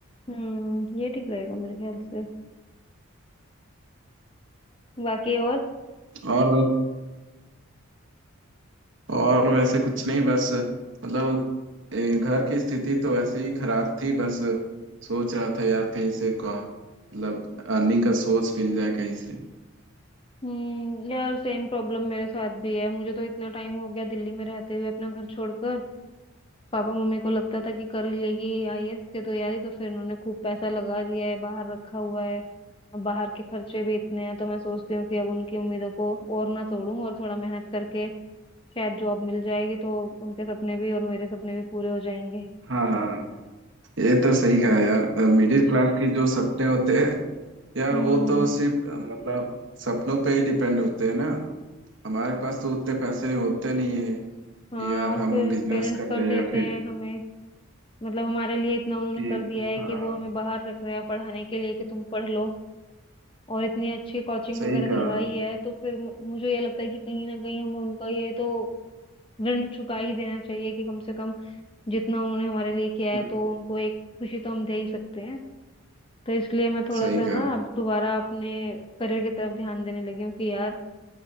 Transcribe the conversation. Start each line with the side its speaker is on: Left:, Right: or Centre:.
Left: हम्म ये ठीक रहेगा मेरे ख्याल से बाकी और
Right: और और वैसे कुछ नहीं बस मतलब ए, घर की स्थिति तो वैसे ही खराब थी बस सोच रहा था यार कहीं से का मतलब अर्निंग का सोर्स मिल जाए कहीं से
Left: हम्म यार सेम प्रॉब्लम मेरे साथ भी है मुझे तो इतना टाइम हो गया दिल्ली में रहते हुए अपना घर छोड़कर पापा मम्मी को लगता था कि कर ही लेगी आईएएस की तैयारी तो फिर उन्होंने खूब पैसा लगा दिया है बाहर रखा हुआ है अब बाहर के खर्चे भी इतने हैं तो मैं सोचती हूँ कि अब उनकी उम्मीदों को और ना तोड़ूं और थोड़ा मेहनत करके शायद जॉब मिल जाएगी तो उनके सपने भी और मेरे सपने भी पूरे हो जाएंगे
Right: हाँ हाँ ये तो सही
Left: हम्म
Right: कहा यार मिडिल क्लास के जो सपने होते हैं यार
Left: हम्म,
Right: वो तो सिर्फ अ, मतलब सपनों पे ही डिपेंड होते हैं ना हमारे पास तो उतने पैसे होते नहीं है कि
Left: हाँ
Right: यार
Left: और
Right: हम
Left: फिर
Right: बिजनेस
Left: पेरेंट्स
Right: कर ले
Left: कर देते
Right: या फिर
Left: हैं हमें मतलब हमारे लिए इतना उन्होंने
Right: कि
Left: कर दिया है
Right: हाँ
Left: कि वो हमें बाहर रख रहे हैं पढ़ाने के लिए कि तुम पढ़ लो और इतनी अच्छी कोचिंग
Right: सही
Left: वगैरह दिलवाई
Right: कहा
Left: है तो फिर मु- मुझे ये लगता है कि कहीं ना कहीं हमें उनका ये तो ऋण चुका ही देना चाहिए कि कम से कम जितना उन्होंने हमारे लिए किया
Right: हम्म,
Left: है तो उनको एक खुशी तो हम दे ही सकते हैं तो इसलिए मैं थोड़ा
Right: सही
Left: सा ना
Right: कहा
Left: अब दोबारा अपने करियर की तरफ ध्यान देने लगी हूँ कि यार